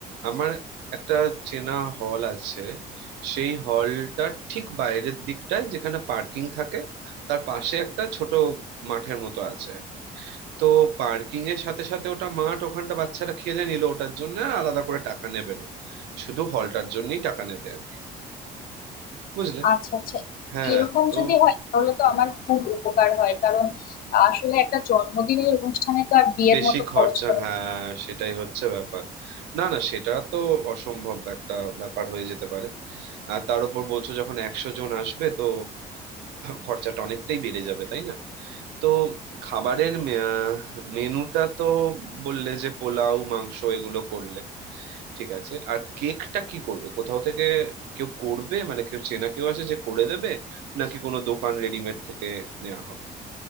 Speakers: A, on the right (about 80°); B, on the left (about 60°).
A: আমার একটা চেনা হল আছে সেই হলটা ঠিক বাইরের দিকটায় যেখানে পার্কিং থাকে তার পাশে একটা ছোট মাঠের মতো আছে আর কি। তো পার্কিং এর সাথে সাথে ওটা মাঠ ওখানটা বাচ্চারা খেলে নিল ওটার জন্য আর আলাদা করে টাকা নেবে না শুধু হলটার জন্যই টাকা নেবে আর কি বুঝলে
B: আচ্ছা আচ্ছা
A: হ্যাঁ
B: এরকম
A: তো
B: যদি হয় তাহলে তো আমার খুব উপকার হয় কারণ আসলে একটা জন্মদিনের অনুষ্ঠানে তো আর বিয়ের
A: বেশি
B: মতো
A: খরচা
B: খরচ করা
A: হ্যাঁ সেটাই হচ্ছে ব্যাপার না না সেটা তো অসম্ভব একটা ব্যাপার হয়ে যেতে পারে আর তার উপর বলছো যখন একশো জন আসবে তো খরচাটা অনেকটাই বেড়ে যাবে তাই না তো খাবারের মেনুটা তো বললে যে পোলাও মাংস এগুলো করলে ঠিক আছে আর কেকটা কি করবে কোথাও থেকে কেউ করবে মানে কেউ চেনা কেউ আছে যে করে দেবে নাকি কোনো দোকান রেডিমেড থেকে নেওয়া হবে